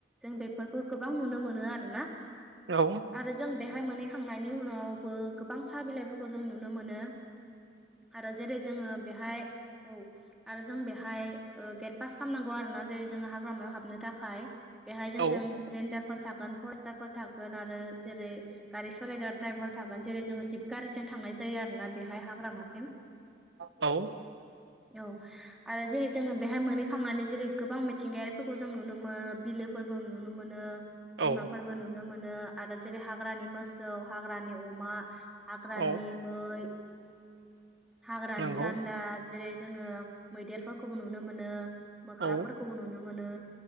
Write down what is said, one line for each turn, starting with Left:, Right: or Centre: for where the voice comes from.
Centre: जों बेफोरखौ गोबां नुनो मोनो आरो ना।
Right: औ
Centre: आरो जों बेहाय मोनहैखांनायनि उनावबो गोबां साहा बिलाइफोरखौ जों नुनो मोनो। आरो जेरै जोङो बेहाय
Right: <unintelligible>
Centre: औ आरो जों बेहाय गेट पास खालामनांगौ आरोना जेरै जों हाग्रामायाव हाबनो थाखाय बेहाय जों
Right: औ
Centre: जों रेन्जारफोर थागोन फरस्टारफोर थागोन आरो जेरै गारि सालायग्रा ड्राइभार थागोन जेरै जोङो जिब गारिजों थांनाय जायो आरोना बे हाग्रामासिम
Right: औ
Centre: औ। आरो जेरै जोङो बेहाय मोनोहैखांनानै जेरै गोबां मिथिंगायारिफोरखौ जों नुनो मोनो बिलोफोरबो नुनो मोनो।
Right: औ
Centre: दैमाफोरबो
Right: औ
Centre: नुनो मोनो आरो जेरै हाग्रानि मोसौ, हाग्रानि अमा हाग्रानि
Right: औ
Centre: मै, हाग्रानि
Right: नंगौ
Centre: गान्दा जेरै जोङो मैदेरफोरखौबो नुनो मोनो, मोख्राफोरखौबो
Right: औ
Centre: नुनो मोनो।